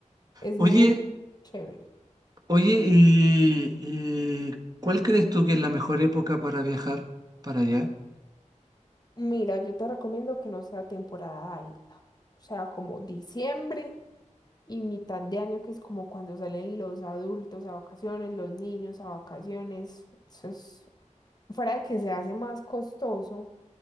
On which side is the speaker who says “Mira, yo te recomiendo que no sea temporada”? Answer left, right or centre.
Left